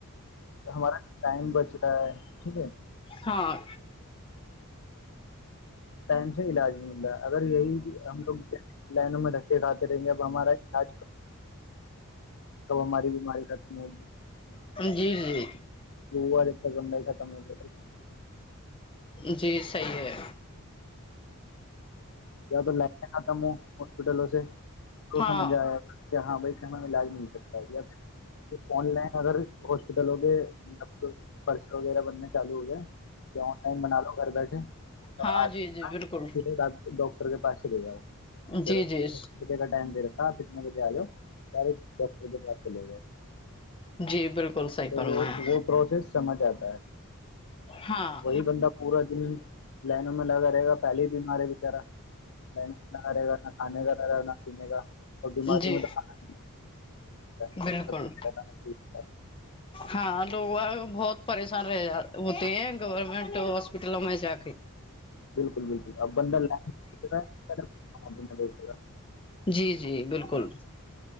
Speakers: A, on the left; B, on the left.
A: ہمارا ٹائم بچ رہا ہے ٹھیک ہے
B: ہاں
A: ٹائم سے علاج بھی مل رہا ہے اگر یہی ہم لوگ لائنوں میں دھاتے رہیں گے اب ہمارا نا کب ہماری بیماری رتم ہوگی
B: جی جی
A: بند ہی ختم ہو گ
B: جی صیح ہے
A: کیا تو لے ک تم ہاسپٹلوں سے تو
B: ہاں
A: سمجھ آیا کیا ہاں بھائی کہ ہمیں علاج مل سکتا ہے یا آن لائن اگر ہاسپٹل ہو گے مطلب پرسے وغیرہ بننے چالو ہو جائے کہ آن لائن بنا لو گھر بیٹھے اور
B: ہاں
A: آ
B: جی جی بالکل
A: ڈاکٹر کے پاسے دے جاؤ چلوے
B: جی جی
A: کا ٹائم دے رہے کتنے بجے آ جا بے پاس چلے گئے
B: جی بالکل صحیح
A: تو
B: فرمایا
A: وہ وہ پروسیس سمجھ آتا ا
B: ہاں
A: <inaudible> وہی بندہ پورا دن لائنوں میں لگا رہے گا پہلے ہی بیمار ہے بچارا من رہے گا نا کھانے کا رہے گا نا پن کا اور بیماریوں
B: جی
A: میں تو کھانا ہوتا ہے
B: بالکل
A: سب سے زیادہ نقصان
B: ہاں لوگ بہت پریشان رہ ہوتے ہیں گورنمنٹ ہاسپٹلوں میں جاکے
A: بالکل بالکل اب بند ل کے ہدش کا
B: جی جی بالکل